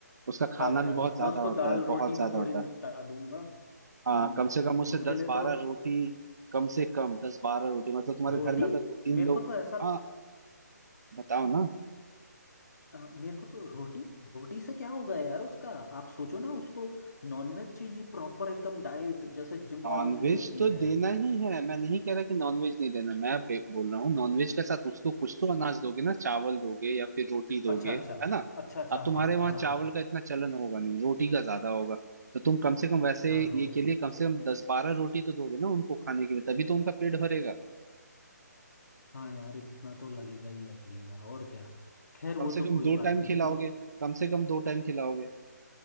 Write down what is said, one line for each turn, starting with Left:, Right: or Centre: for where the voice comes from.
Right: उसका खाना
Left: और क्या
Right: भी बहुत ज्यादा
Left: मैं उसको
Right: होता
Left: दाल
Right: है
Left: रोटी
Right: बहुत ज्यादा
Left: में थोड़ी
Right: होता
Left: निपटा
Right: है
Left: दूंगा
Right: हाँ
Left: हम्म
Right: कम से कम उसे
Left: उसके
Right: दस
Left: लिए
Right: बारह
Left: तो
Right: रोटी कम से कम दस बारह रोटी मतलब तुम्हारे
Left: रोटी
Right: घर में अगर दो तीन
Left: मेरे
Right: लोग
Left: को तो ऐसा
Right: हाँ बताओ ना
Left: अ, मेरे को तो रोटी रोटी से क्या होगा यार उसका आप सोचो ना उसको नॉनवेज चाहिए प्रॉपर एकदम डाइट जैसे जिम वालों
Right: नॉनवेज
Left: की होती
Right: तो
Left: है
Right: देना ही है मैं नहीं कह रहा कि नॉनवेज नहीं देना मैं बे- बोल रहा हूँ नॉनवेज के साथ उसको कुछ तो अनाज दोगे ना चावल दोगे या फिर रोटी दोगे
Left: अच्छा अच्छा
Right: है ना
Left: अच्छा अच्छा
Right: अब तुम्हारे
Left: हाँ हाँ
Right: वहाँ
Left: हाँ
Right: चावल का इतना चलन होगा नहीं रोटी का ज्यादा होगा तो तुम कम से कम वैसे
Left: हाँ,
Right: ये
Left: रोट
Right: के लिए कम से कम दस बारह रोटी तो दोगे ना उनको खाने के लिए तभी तो उनका पेट भरेगा
Left: हाँ यार इतना तो लगेगा ही लगेगा और क्या खैर
Right: कम
Left: वो तो
Right: से कम
Left: कोई
Right: दो
Left: बात
Right: टाइम
Left: नहीं लेकिन
Right: खिलाओगे कम से कम दो टाइम खिलाओगे